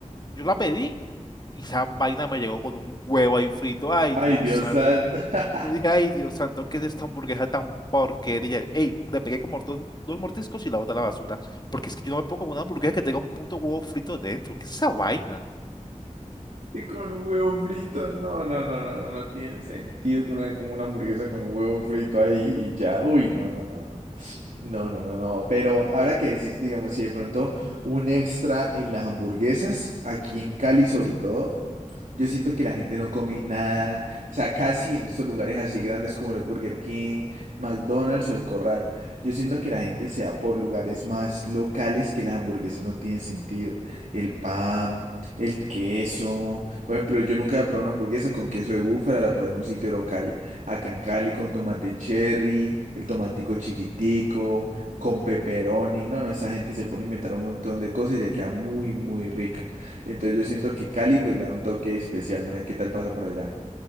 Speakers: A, on the left; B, on the right.
A: yo la pedí y esa vaina me llegó con un huevo ahí frito. Ay,
B: Ay,
A: Dios
B: Dios
A: santo.
B: santo. <laughs>
A: Yo dije, ay, Dios santo, ¿qué es esta hamburguesa tan porquería? Ey, le pegué como dos, dos mordiscos y la boté a la basura. Porque es que yo no me puedo comer una hamburguesa que tenga un puto huevo frito dentro. ¿Qué es esa vaina?
B: Y con un huevo frito. No, no, no, no, no, no tiene sentido que uno coma una hamburguesa con un huevo frito ahí y ya. Uy, no, no, no. no. No, no, no, no. Pero ahora que decís, digamos, si de pronto un extra en las hamburguesas, aquí en Cali sobre todo, yo siento que la gente no come nada, o sea, casi en estos lugares así grandes como el Burger King, McDonald's o El Corral, yo siento que la gente se va por lugares más locales que las hamburguesas no tienen sentido. El pan, el queso, por ejemplo, yo nunca he probado una hamburguesa con queso de búfala, la probé en un sitio local Acá en Cali con tomate cherry, el tomatico chiquitico, con pepperoni. No, no, esa gente se pone a inventar un montón de cosas y le queda muy, muy rica. Entonces yo siento que Cali pues le da un toque especial. No sé qué tal pasa para allá.